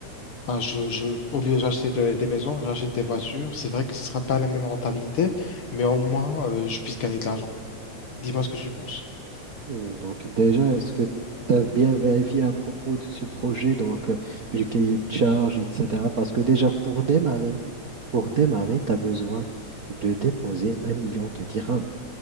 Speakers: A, on the left (about 50°); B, on the right (about 70°).
A: bah, je, je, au lieu d'acheter de- des maisons, j'achète des voitures. C'est vrai que ce sera pas la même rentabilité, mais au moins, euh, je puisse gagner de l'argent. Dis-moi ce que tu penses.
B: Hmm, Donc déjà, est-ce que tu as bien vérifié à propos de ce projet, donc euh, du cahier de charge, etc. Parce que déjà, pour démarrer, pour démarrer, tu as besoin de déposer un million de dirhams.